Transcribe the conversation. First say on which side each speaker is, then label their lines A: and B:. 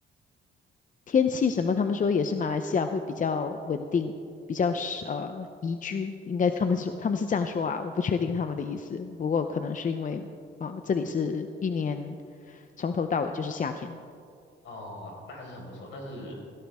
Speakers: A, on the left; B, on the left.
A: 天气什么，他们说也是马来西亚会比较稳定，比较是呃宜居，应该他们说他们是这样说啊，我不确定他们的意思，不过可能是因为啊、这里是一年从头到尾就是夏天，
B: 哦，那还是很不错。那是